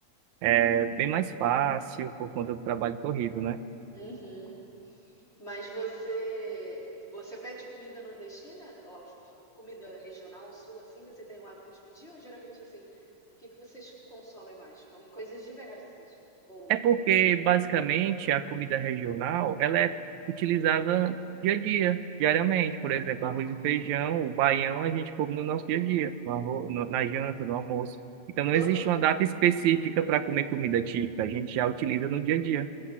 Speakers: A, on the right; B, on the left.
A: é bem mais fácil por conta do trabalho corrido, né?
B: Uhum. Mas você, você pede comida nordestina, ó, f- comida regional sul assim, você tem o hábito de pedir ou geralmente assim, o que que vocês consomem mais? Comem coisas diversas ou
A: É porque, basicamente, a comida regional, ela é utilizada dia a dia, diariamente. Por exemplo,
B: Ah,
A: arroz e feijão,
B: ok.
A: o baião, a gente come no nosso dia a dia, no arro- no- na janta, no almoço. Então,
B: No-
A: não existe uma data específica para comer comida típica, a gente já utiliza no dia a dia.